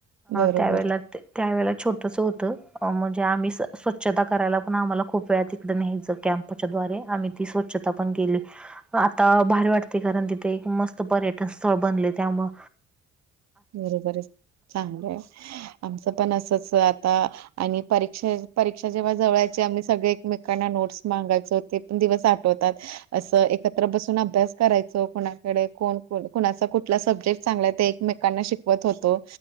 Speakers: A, on the right; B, in the centre.
A: बरोबर
B: त्यावेला त्यावेळे छोटस होतं. म्हणजे आम्ही स्वच्छता करायला पण आम्हाला खूप वेळा तिकडे नाहीचे कॅम्पच्याद्वारे आम्ही ती स्वच्छ छता पण केली. आता भारी वाटते कारण तिथे एक मस्त पर्यटन स्थळ बनले त्यामुळे
A: बरोबर आहे चांगलं आहे. आमचं पण असच आता आणि परीक्षा परीक्षा जेव्हा जवळ याची आम्ही सगळे एकमेकांना नोट्स मागायचो ते पण दिवस आठवतात. असं एकत्र बसून अभ्यास करायचो कुणाकडे कोण कुणाचा कुठला सब्जेक्ट चांगलाय ते एकमे कांना शिकवत होतो